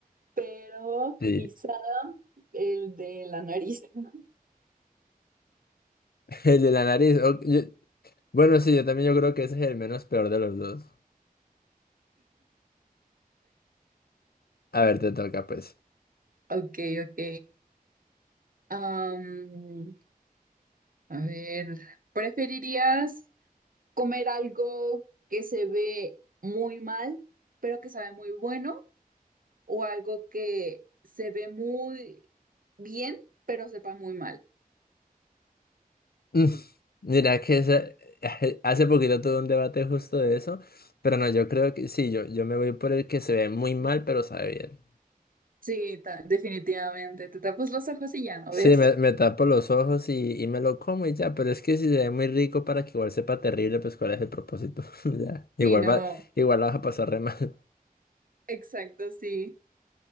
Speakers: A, on the right; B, on the left.
A: Pero
B: Sí.
A: quizá el de la nariz. <laughs>
B: <laughs> El de la nariz. o- yo- Bueno, sí, yo también yo creo que ese es el menos peor de los dos. A ver, te toca, pues. <laughs>
A: Ok, ok. Am, a ver, ¿preferirías comer algo que se ve muy mal, pero que sabe muy bueno, o algo que se ve muy bien, pero sepa muy mal.
B: Mm, Mira que ese- <laughs> hace poquito tuve un debate justo de eso, pero no, yo creo que sí, yo, yo me voy por el que se ve muy mal, pero sabe bien.
A: Sí, ta- definitivamente. Te tapas los ojos y ya no
B: Sí,
A: ves.
B: me, me tapo los ojos y, y me lo como y ya, pero es que si se ve muy rico para que igual sepa terrible, pues cuál es el propósito. <laughs> Ya, igual
A: Sí, no,
B: va, igual la vas a pasar re mal.
A: exacto, sí.